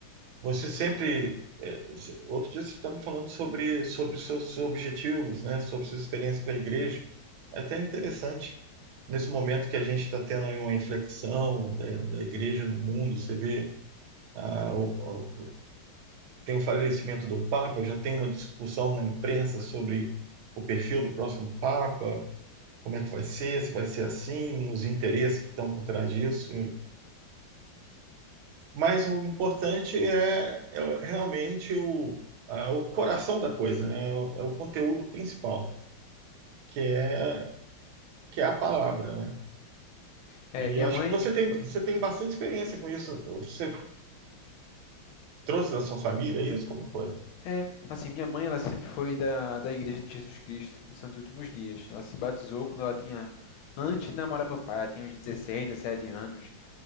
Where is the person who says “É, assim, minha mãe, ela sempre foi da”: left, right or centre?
Left